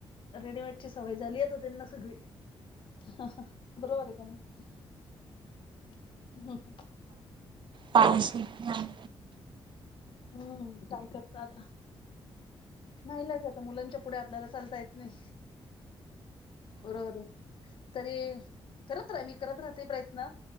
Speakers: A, on the left; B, on the right.
A: रेडीमेड ची सवय झाली यता त्यांना सगळी. ह हा, बरोबर आहे की नाही? <inaudible>
B: पाऊस येत नाही.
A: हम्म, काय करता आता नाईलाज आहे आता मुलांच्या पुढे आपल्याला चालता येत नाही. बरोबर तरी करत राहा मी करत राहते प्रयत्न,